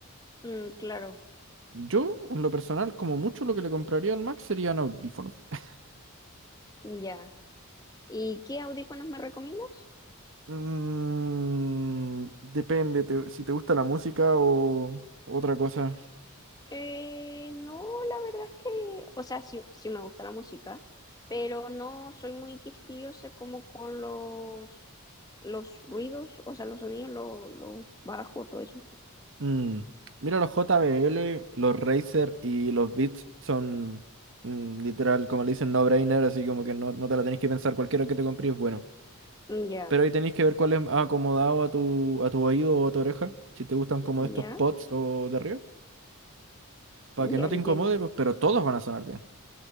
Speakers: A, on the left (about 15°); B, on the right (about 60°).
A: Mm, claro,
B: Yo, en lo personal, como mucho lo que le compraría al Max serían audífonos. <laughs>
A: ya. ¿Y qué audífonos me recomiendas?
B: Mm, depende te- si te gusta la música o otra cosa.
A: Eh, no, la verdad es que, o sea, sí, sí me gusta la música, pero no soy muy quisquillosa como con los, los ruidos, o sea, los sonidos, los lo bajos, todo eso.
B: Mm, Mira, los JBL, los Razer y los Beats son mm, literal, como le dicen, no-brainer, así como que no, no te la tenés que pensar, cualquiera que te compres es bueno.
A: Ya,
B: Pero ahí tenés que ver cuál es más acomodado a tu, a tu oído o a tu oreja, si te gustan como
A: ya,
B: estos pods o de arriba, para que
A: ya
B: no
A: entiendo.
B: te incomode, pues, pero todos van a sonar bien,